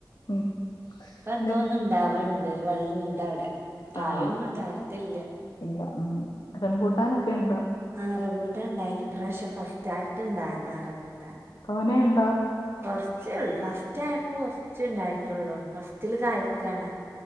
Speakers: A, on the left; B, on the right.
A: ഉം
B: ഇപ്പ എന്തോന്നന്ന്
A: ഇല്ല
B: ണ്ടാവണ്ട് ഒരു വള്ളിണ്ടവിടെ കായയൊന്നും
A: ആഹ്
B: ഉണ്ടായിട്ടില്ല
A: ഇല്ല ഉം റമ്പൂട്ടാനൊക്കെ ഉണ്ടോ?
B: ആ റംബൂട്ടാൻ ഉണ്ടായിനി ഈ പ്രാവശ്യം ഫസ്റ്റ് ആയിട്ട്ണ്ടായതാ റംബുട്ടാൻ
A: തോനെണ്ടോ
B: കൊറച്ചേള്ളൂ ഫസ്റ്റ് ആയപ്പോ കൊറച്ചേ ഉണ്ടായിട്ടുള്ളൂ ഫസ്റ്റില് കായ്ക്കാണ്